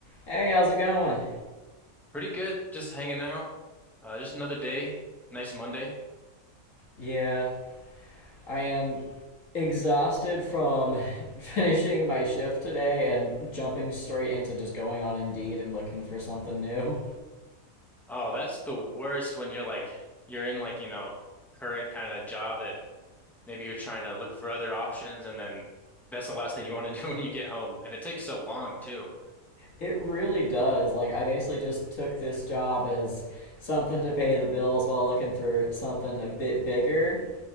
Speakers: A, on the left (about 65°); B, in the centre.
A: Hey, how's it going?
B: Pretty good. Just hanging out. Uh, just another day. Nice Monday.
A: Yeah, I am exhausted from <laughs> finishing my shift today and jumping straight into just going on Indeed and looking for something new.
B: Oh, that's the worst when you're like you're in like, you know, current kind of job that maybe you're trying to look for other options and then that's the last thing you want to <laughs> do when you get home. And it takes so long too.
A: It really does. Like, I basically just took this job as something to pay the bills while looking for something a bit bigger.